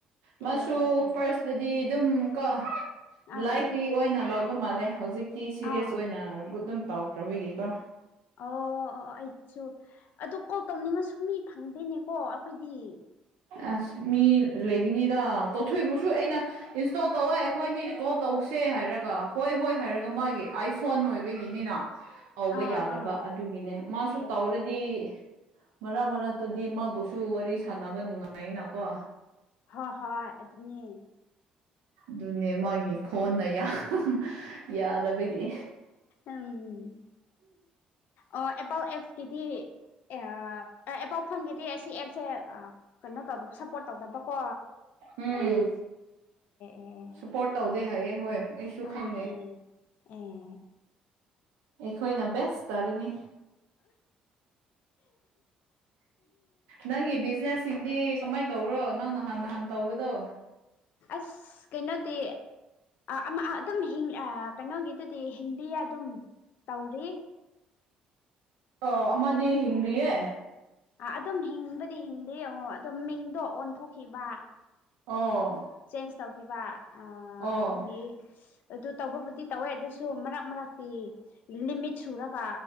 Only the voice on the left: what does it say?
ꯑꯦ ꯑꯦ ꯑꯦ
ꯑꯥ
ꯑꯥ
ꯑꯣ ꯑꯣꯑꯣ ꯑꯩꯁꯨ ꯑꯗꯨ ꯀꯣꯜ ꯇꯧꯅꯤꯡꯉꯁꯨ ꯃꯤ ꯐꯪꯗꯦꯅꯦꯀꯣ ꯑꯩꯈꯣꯏꯗꯤ
ꯑꯥ
ꯑꯥ
ꯑꯦ
ꯍꯣ ꯍꯣꯏ ꯑꯗꯨꯅꯦ
ꯎꯝ ꯑꯣ ꯑꯦꯄꯥꯟ ꯑꯦꯞꯁ ꯀꯤꯗꯤ ꯑꯦꯑ ꯑꯦꯄꯟ ꯐꯣꯟꯒꯤꯗꯤ ꯑꯁꯤ ꯑꯦꯞꯁꯦ ꯑꯥ ꯀꯩꯅꯣ ꯇꯧꯗꯕ ꯁꯞꯄꯣꯔꯠ ꯇꯧꯗꯕꯀꯣ
ꯑꯦ
ꯑꯥ
ꯑꯥ ꯑꯦ
ꯑꯁ ꯀꯩꯅꯣꯗꯤ ꯑꯃ ꯑꯗꯨꯝ ꯍꯤꯡ ꯑꯥ ꯀꯩꯅꯣꯒꯤꯗꯨꯗꯤ ꯍꯤꯟꯗꯤ ꯌꯥ ꯗꯨꯝ ꯇꯧꯔꯤ
ꯑ ꯑꯗꯨꯝ ꯍꯤꯡꯕꯗꯤ ꯍꯤꯡꯗꯦ ꯑꯣ ꯑꯗꯨꯝ ꯃꯤꯡꯗꯣ ꯑꯣꯟꯊꯣꯛꯈꯤꯕ
ꯆꯦꯟꯖ ꯇꯧꯈꯤꯕ ꯑꯥ
ꯑꯗꯨꯒꯤ ꯑꯗꯨ ꯇꯧꯕꯕꯨꯗꯤ ꯇꯧꯋꯦ ꯑꯗꯨꯁꯨ ꯃꯔꯛ ꯃꯔꯛꯇꯤ ꯂꯤꯃꯤꯠ ꯁꯨꯔꯒ